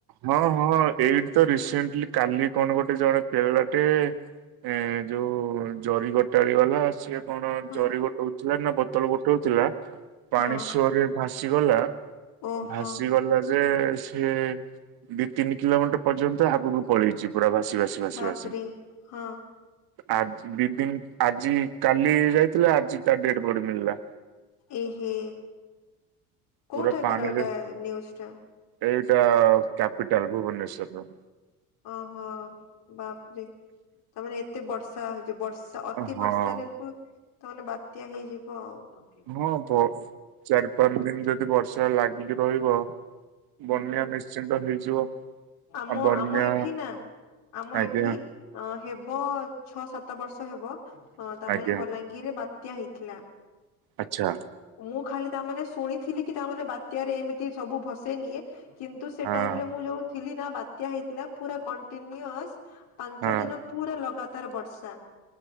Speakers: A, on the right; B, on the left.
A: ହଁ ହଁ ଏଇଟି ତ ରିସେଣ୍ଟଲି କାଲି କଣ ଗୋଟେ ଜଣେ ପେରଳାଟେ ଏ ଯୋଉ ଜରି ଗୋଟାଳି ବାଲା ସେ କଣ
B: ହଁ
A: ଜରି ଗୋଟଉଥିଲା ନା ବୋତଲ ଗୋଟଉଥିଲା ପାଣି
B: ହଁ।
A: ଶୁଅ ରେ ଭାଷ ଚିଗଲା
B: ଓହୋ
A: ଭାସିଗଲା ଯେ ସିଏ ଦି ତିନି କିଲୋମିଟର ପର୍ଯ୍ୟନ୍ତ ଆଗକୁ ପଳେଇଛି ପୁରା ଭାସି ଭାସି ଭାସି
B: ବାପରେ
A: ଭାସି
B: ହଁ
A: ଆ ଦି ଦିନ ଆଜି କାଲି ଯାଇଥିଲା ଆଜି ତା ଡେଡ ବଡି ମିଳିଲା।
B: ଏହେ
A: ପୁରା
B: କୋଉଠାକାର
A: ପାଣିରେ
B: ଏଇଟା ନ୍ୟୁଜୁ ଟା?
A: ଏଇଟା କ୍ୟାପିଟାଲ ଭୁବନେଶ୍ଵର ର।
B: ଓହୋ ବାପରେ ତାମାନେ ଏତେ ବର୍ଷା ହଇଛ ବର୍ଷ ତ ଅତି
A: ହଁ
B: ବର୍ଷାରେ ବି ତା ମାନେ ବାତ୍ୟା ହେଇଯିବ ଆଉ।
A: ହଁ ବ ଚାରି ପାଞ୍ଚ ଦିନ ଯଦି ବର୍ଷା ଲାଗିକି ରହିବ ବନ୍ୟା
B: ହୁଁ
A: ନିଶ୍ଚିନ୍ତ ହେଇଯିବ।
B: ଆମ
A: ଆଉ ବନ୍ୟା
B: ଆମ ଏଠି ନା ଆମ
A: ଆଜ୍ଞା
B: ଏଠି ଏ ହେବ ଛଅ ସାତ ବର୍ଷ ହେବ ଅ ତାମାନେ
A: ଆଜ୍ଞା
B: ବଲାଙ୍ଗୀ ଇଏରେ ବାତ୍ୟା ହେଇଥିଲା।
A: ଆଚ୍ଛା
B: ମୁଁ ଖାଲି ତା ମାନେ ଶୁଣିଥିଲି କି ତା ମାନେ ବାତ୍ୟାରେ ଏମିତି ସବୁ ଭସେଇ ନିିଏ। କିନ୍ତୁ ସେ
A: ହଁ
B: ଟାଇମ୍ ରେ ମୁଁ ଯୋଉ ଥିଲି ନା ବାତ୍ୟା ହେଇଥିଲା ପୁରା କଣ୍ଟିନ୍ୟିସ୍ ପାଞ୍ଚ
A: ହଁ
B: ଦିନ ପୁରା ଲଗାତାର ବର୍ଷା।